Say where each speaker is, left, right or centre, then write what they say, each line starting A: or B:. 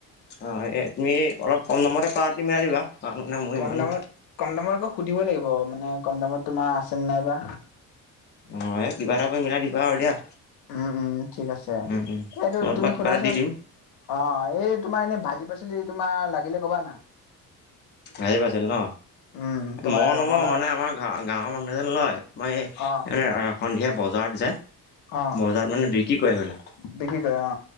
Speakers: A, on the left; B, on the left.
A: অ' এই তুমি অলপ কম দামতে পাৰ তুমি দিবা। কাৰণ মানে মোৰ
B: কম
A: ইমানো
B: দামত কম দামত আকৌ সুধিব লাগিব মানে কম দামত তোমাৰ আছেনে নাইবা।
A: অ' এই কিবা এটা কৰি মিলাই দিবা আৰু দিয়া।
B: উম উম ঠিক আছে
A: মই
B: এইটো
A: তোমাক
B: তুমি
A: কিবা
B: শুনাচোন।
A: এটা দি দিম
B: অ' এই তোমাৰ এনে ভাজি পাচলি তোমাৰ লাগিলে কবা না।
A: হৰি পাইছিল ন
B: উম তোমাৰ
A: মই
B: ৰঙালাও
A: নলওঁ মানে আমাৰ গাঁৱৰ মানুহজন লয়। মই
B: অ
A: সন্ধিয়া বজাৰত যায়।
B: অ
A: বজাৰত মানে বিক্ৰী কৰে বলে
B: বিক্ৰী কৰে অ